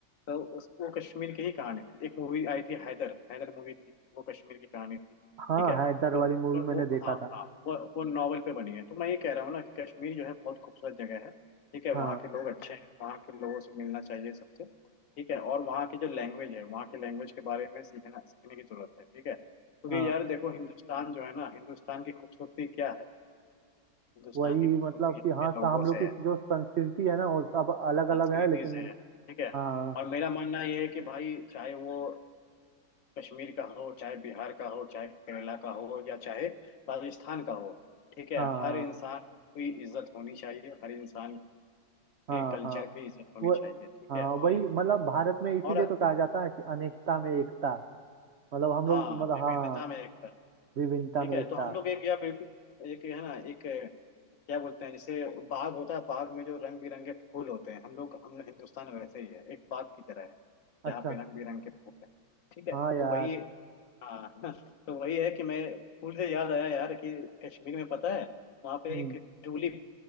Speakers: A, on the left; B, on the right.
A: तो उस वो कश्मीर की ही कहानी थी एक मूवी आई थी हैदर हैदर मूवी थी वो कश्मीर की कहानी थी
B: हाँ
A: ठीक है तो
B: हैदर वाली
A: वो,
B: मूवी
A: वो
B: मैंने देखा
A: हाँ
B: था
A: हाँ वो वो नॉवल पे बनी है तो मैं ये कह रहा हूँ ना कि कश्मीर जो है बहुत खूबसूरत जगह है ठीक है
B: हाँ
A: वहाँ के लोग अच्छे हैं वहाँ के लोगों से मिलना चाहिए सबसे ठीक है और वहाँ की जो लैंग्वेज है वहाँ की लैंग्वेज के बारे में सीखना सीखने की जरूरत है ठीक है क्योंकि
B: हाँ
A: यार देखो हिंदुस्तान जो है ना हिंदुस्तान की खूबसूरती क्या है हिंदुस्तान
B: वही
A: की खूबसूरती
B: मतलब
A: यहाँ
B: कि हाँ
A: के
B: सा-
A: लोगों
B: हम लोग
A: से
B: की
A: है
B: जो संस्कृति है ना वो सब अलग
A: संस्कृति
B: अलग है लेकिन
A: से है ठीक है
B: हाँ
A: और मेरा मानना यह है कि भाई चाहे वो कश्मीर का हो चाहे बिहार का हो चाहे केरला का हो या चाहे राजस्थान का हो ठीक है
B: हाँ
A: हर इंसान की इज्जत होनी चाहिए हर इंसान
B: हाँ
A: के कल्चर
B: हाँ
A: की इज्जत होनी
B: वो
A: चाहिए ठीक
B: हाँ
A: है
B: वही
A: और
B: मतलब भारत में इसीलिए
A: और
B: तो कहा जाता है कि अनेकता में एकता मतलब हम लोग
A: हाँ
B: मतलब
A: विभिन्नता
B: हाँ
A: में एकता
B: विभिन्नता
A: ठीक
B: में
A: है
B: एकता
A: तो हम लोग एक या बिल्कुल एक है ना एक क्या बोलते हैं जैसे बाग होता है बाग में जो रंग बिरंगे फूल होते हैं हम लोग हम लोग हिंदुस्तान में वैसे ही है एक बाग की तरह है यहाँ
B: अच्छा
A: पे रंग बिरंगे फूल है ठीक है
B: हाँ यार
A: तो वही हाँ <laughs> तो वही है कि मैं फूल से याद आया यार कि कश्मीर में पता है वहाँ पे
B: हम्म
A: एक ट्यूलिप